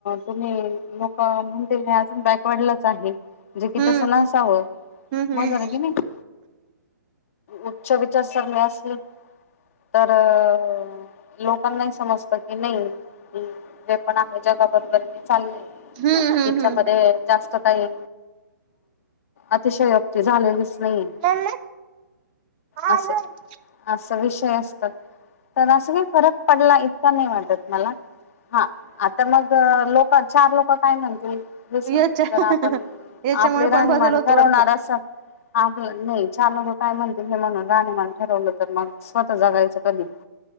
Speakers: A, on the left; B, on the right.
A: तुम्ही लोकं म्हणतील हे अजून बॅकवर्डलाच आहे. जे कि
B: हम्म
A: तसं नसावं
B: हम्म हम्म
A: मग आहे कि नाही. उच्च विचार सगळ्यात अस! ली तर अ लोकांना समजतं की नाही जे पण आहे जगाबरोबर मी चालले
B: हम्म हम्म
A: तिच्यामध्ये जास्त! सकाळी, अतिशय योक्ती झालेलीच नाहीेये
B: हम्म हम्म
A: असं? असं विषय असतात तर अस काही फरक पडला इतका नाही वाटत मला. हा, आता मग लोकं चार लोकं काय म्हणतील. सून
B: याच्या
A: जर आपण
B: याच्यामुळे
A: आपली राहणीमान
B: पण बदल होतो
A: ठरवणार
B: भरपूर
A: अस. आपलं नाही चार लोक काय म्हणतील हे म्हणून राहणीमान ठरवलं तर मग स्वतः जगायचं कधी?